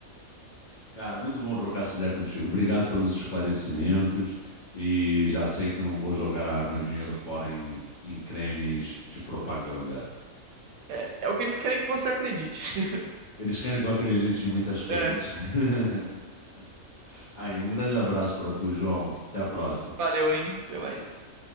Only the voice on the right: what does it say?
É, é o que eles querem que você acredite. <laughs>
É,
valeu, hein? Até mais.